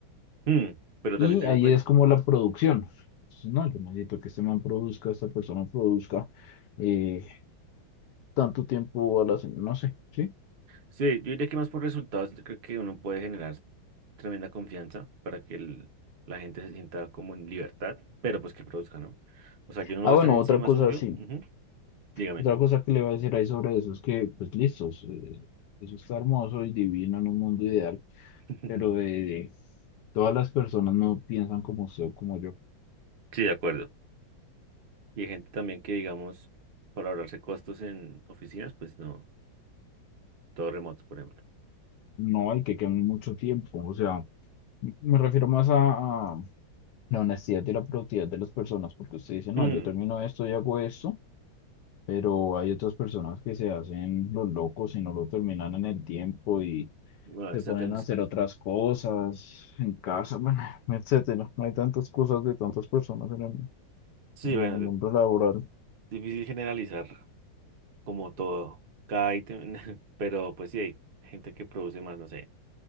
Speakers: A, on the right; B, on the left.
A: Mm, pero
B: Y
A: también tengan
B: ahí
A: en cuenta...
B: es como la producción. Entonces, No, yo necesito que este man produzca, esta persona produzca eh, tanto tiempo a la semana, no sé, ¿sí?
A: Sí, yo diría que más por resultados, yo creo que uno puede generar tremenda confianza para que el- la gente se sienta como en libertad, pero pues que produzca, ¿no? O sea, yo no voy
B: Ah,
A: a
B: bueno,
A: estar encima
B: otra cosa,
A: suyo.
B: sí.
A: ujú, Dígame.
B: Otra cosa que le voy a decir ahí sobre eso es que, pues listos, eh, eso está hermoso y divino en un mundo ideal,
A: <laughs>
B: pero eh, todas las personas no piensan como usted o como yo.
A: Sí, de acuerdo. Y hay gente también que, digamos, para ahorrarse costos en oficinas, pues no, todo remoto, por ejemplo.
B: No hay que quemar mucho tiempo, o sea, m- me refiero más a, a la honestidad y la productividad de las personas, porque usted dice, no,
A: Mm,
B: yo termino esto y hago esto. pero hay otras personas que se hacen los locos y no lo terminan en el tiempo y
A: bueno,
B: se
A: ahí sacan
B: ponen a
A: es-
B: hacer otras cosas en casa, <laughs> bueno, etcétera. No Hay tantas cosas de tantas personas en el,
A: Sí,
B: en
A: bueno,
B: el mundo
A: de-
B: laboral.
A: difícil generalizar como todo, cada ítem, <laughs> pero pues sí hay gente que produce más, no sé,